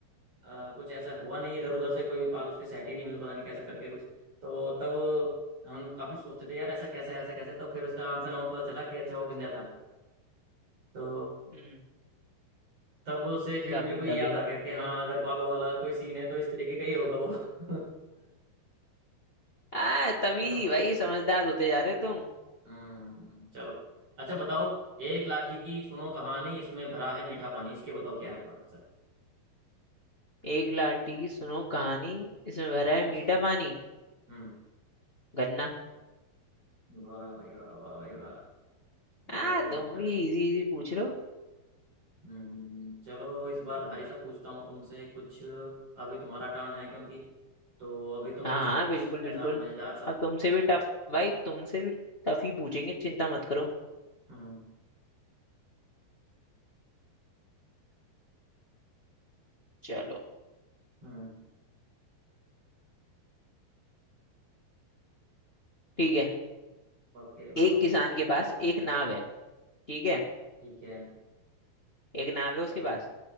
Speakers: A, on the right; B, on the left.
A: अ, कुछ ऐसा हुआ नहीं इधर उधर से कोई भी बाल उसके सेट ही नहीं हुए पता नहीं कैसे करके कुछ तो तब हम काफी सोचते थे यार ऐसा कैसे ऐसे कैसे तो फिर उसका आंसर हमें पता चला कि अच्छा वो गंजा था तो
B: हम्म
A: तब से फिर
B: तभी
A: मेरे को ये
B: तभी
A: याद आ गया कि हाँ अगर बालों वाला कोई सीन है तो इस तरीके का ही होगा वो <laughs>
B: आ तभी
A: चलो
B: भाई समझदार होते जा रहे हो तुम
A: हम्म चलो अच्छा बताओ एक लाठी की सुनो कहानी इसमें भरा है मीठा पानी इसके बताओ क्या होगा आंसर
B: एक लाठी की सुनो कहानी इसमें भरा है
A: इस
B: मीठा पानी
A: हम्म
B: गन्ना
A: वाह भाई वाह वाह भाई वाह गजब
B: आ तुम
A: गजब
B: भी इजी इजी पूछ लो
A: हम्म चलो इस बार भारी सा पूछता हूँ तुमसे कुछ अभी तुम्हारा टर्न है क्योंकि तो अभी तुम
B: हाँ
A: पूछो
B: हाँ
A: कुछ
B: बिल्कुल बिल्कुल
A: ऐसा मजेदार सा
B: अब तुमसे भी टफ भाई तुमसे भी टफ ही पूछेंगे चिंता मत करो
A: हम्म
B: चलो
A: हम्म
B: ठीक है
A: ओके बताओ
B: एक किसान के पास एक नाव है ठीक है
A: ठीक है
B: एक नाव है उसके पास